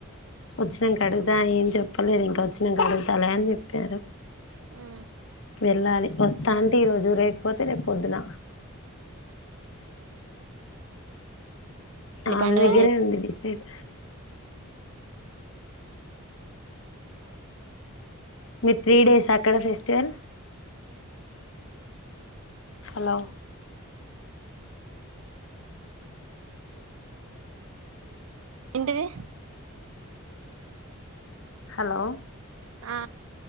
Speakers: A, on the left; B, on the right.
A: ఒచ్చినంక అడుగుదా ఏం చెప్పలేదు ఇంకా ఒచ్చినంక అడుగుతలే అని చెప్పారు
B: ఉ
A: వెళ్ళాలి వ తాంటే ఈ రోజు రేకపోతే రేప్ పొద్దున ఆమె
B: పండుగలు
A: దగ్గరేవుంది
B: చే
A: డిసైడ్ మిక్ త్రీ డేస్ ఆ అక్కడ ఫెస్టివల్ హలో
B: ఏంటిది
A: హలో
B: ఆ